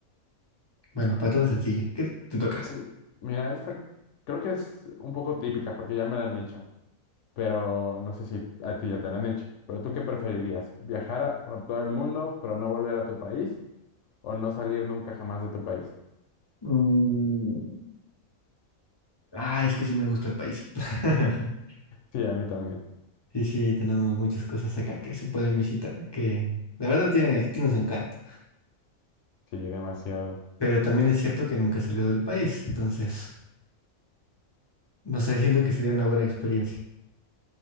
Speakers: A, on the left; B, on the left.
A: Bueno, para tan sencilla, ¿qué te toca?
B: Sí, mira, esta creo que es un poco típica porque ya me la han hecho, pero no sé si a ti ya te la han hecho. Pero ¿tú qué preferirías? ¿Viajar a- por todo el mundo pero no volver a tu país o no salir nunca jamás de tu país?
A: Mm, Ah, es que sí me gusta el país. <laughs>
B: Sí, a mí también.
A: Sí, sí, tenemos muchas cosas acá que se pueden visitar, que la verdad tiene, tiene su encanto.
B: Sí, demasiado.
A: Pero también es cierto que nunca salió del país, entonces no sé, siento que sería una buena experiencia.